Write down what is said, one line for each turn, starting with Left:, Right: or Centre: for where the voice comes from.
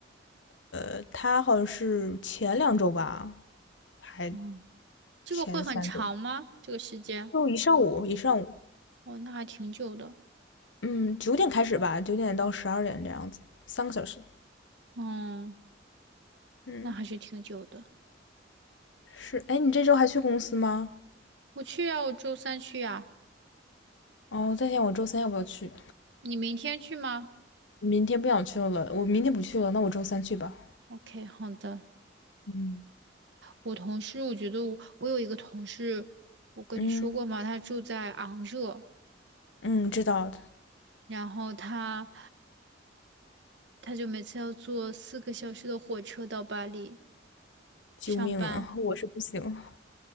Left: 呃，他好像是前两周吧，还
Right: 哦，这个会很长吗？
Left: 前三周，
Right: 这个时间？
Left: 就一上午一上午，
Right: 哦，那还挺久的。
Left: 嗯，九点开始吧，九点到十二点这样子，三个小时。
Right: 嗯，
Left: 嗯，
Right: 那还是挺久的。
Left: 是，哎，你这周还去公司吗？
Right: 我去啊，我周三去啊。
Left: 哦，我在想我周三要不要去，
Right: 你明天去吗
Left: 明天不想去了，我明天不去了，那我周三去吧。
Right: ？OK，好的。
Left: 嗯
Right: 我同事，我觉得我我有一个同事，我跟你说过吗？
Left: 嗯
Right: 他住在昂热，
Left: 嗯，知道的。
Right: 然后他他就每次要坐四个小时的火车到巴黎
Left: 救命啊！
Right: 上班，
Left: 我是不行。